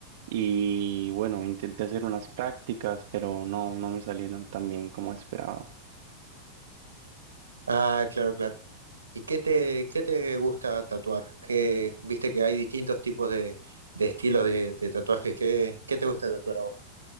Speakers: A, on the right; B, on the right.
A: Y bueno, intenté hacer unas prácticas, pero no, no me salieron tan bien como esperaba.
B: Ah, claro, claro. ¿Y qué te, qué te gusta tatuar? ¿Qué, viste que hay distintos tipos de, de estilos de, de tatuaje. ¿Qué, qué te gusta tatuar a vos?